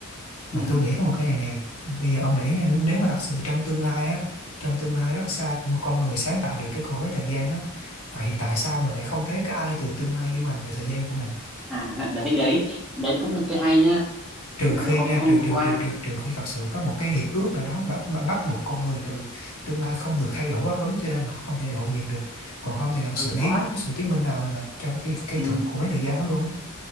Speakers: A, on the left; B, in the centre.
A: mà
B: ừ.
A: tôi nghĩ có một cái này nè bây giờ ông để ý nha nếu mà thật sự trong tương lai á trong tương lai rất xa con, con người sáng tạo được cái cỗ máy thời gian á vậy thì tại sao mình lại không thấy cái ai từ tương lai du hành về thời gian của mình
B: à <laughs> đấy đấy đấy cũng là cái hay nha
A: trừ
B: hôm
A: khi nha
B: hôm
A: trừ trừ
B: qua
A: trừ trừ trừ khi thật sự có một cái hiệp ước nào đó mà, mà bắt buộc con người từ tương lai không được thay đổi quá khứ cho nên họ không thể lộ diện được còn không thì thật
B: ừ
A: sự
B: đó
A: hiếm có cái sự chứng minh nào mà cho cái cái
B: ừ,
A: thuật của mấy thời gian đó luôn á